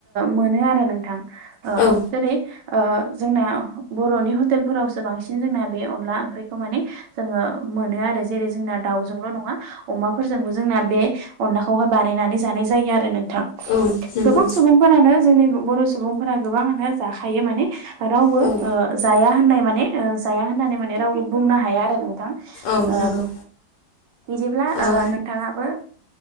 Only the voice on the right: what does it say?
मोनो आरो नोंथां
जेरै ओ जोंना बर'नि हटेलफोरावसो बांसिन जोंना बे अनला ओंख्रिखौ माने जोङो मोनो आरो जेरै जोंना दाउजोंल' नङा अमाफोरजोंबो जोंना बे अनलाखौहाय बानायनानै जानाय जायो आरो नोंथां
गोबां सुबुंफोरानो जोंनि बर' सुबुंफोरा गोबाङानो जाखायो माने रावबो
जाया होननाय माने जाया होननानै माने रावबो बुंनो हाया आरो ओ
बिदिब्ला ओ
नोंथाङाबो